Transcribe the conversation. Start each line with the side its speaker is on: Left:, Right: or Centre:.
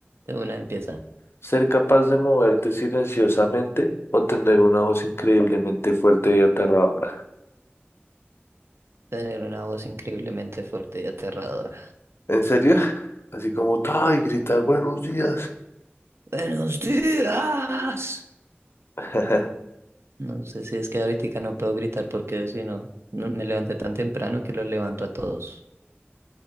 Right: de una empieza a
Left: Ser capaz de moverte silenciosamente o tener una voz increíblemente fuerte y aterradora.
Right: tener una voz increíblemente fuerte y aterradora.
Left: ¿En serio? Así como, ¡ay! Gritar buenos días.
Right: ¡Buenos días!
Left: <laughs>
Right: No sé si es que ahorita no puedo gritar porque si no, no- me levanté tan temprano que los levanto a todos.